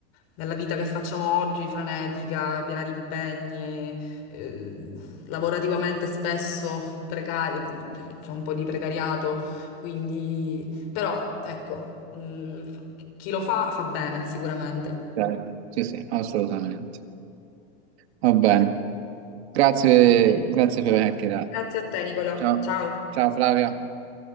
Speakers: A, on the left; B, on the right.
A: nella vita che facciamo oggi, frenetica, piena di impegni, eh, lavorativamente spesso precaria, cioè, c'è un po' di precariato, quindi... Però, ecco, mm, fa- chi lo fa fa bene, sicuramente.
B: certo. Sì, sì, assolutamente. Va bene. Grazie,
A: Ok.
B: grazie per aver chiacchierato.
A: Grazie a te, Nicolò.
B: Ciao,
A: Ciao.
B: ciao Flavia.